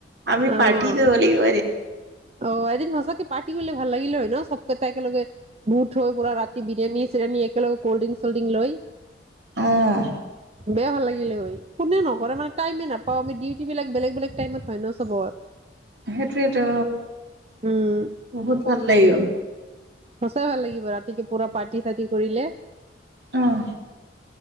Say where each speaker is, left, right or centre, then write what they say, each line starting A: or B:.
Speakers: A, on the right (about 65°); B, on the right (about 35°).
A: আমি
B: অ',
A: পাৰ্টি কৰিব লাগিব এদিন
B: অ এদিন সঁচাকে পাৰ্টিৰ কৰিলে ভাল লাগিলে হয় ন চবকে তাই একেলগে গোট হৈ পুৰা ৰাতি বিৰিয়ানী চিৰিয়ানী একেলগে কল্ড ড্ৰিংক চল্ড্ৰিংক লৈ।
A: অ',
B: বেয়া ভাল লাগি কোনে নকৰে মানে টাইমে নাপাও আমি ডিউট বিলাক বেলেগ বেলেগ টাইমত হয় ন চবৰ
A: সেইটোৱে ত
B: উম
A: বহুত ভাল লাগিব।
B: সচাই ভাল লাগি ব ৰাতি পুৰা পাৰ্টি তি কৰিলে।
A: অ',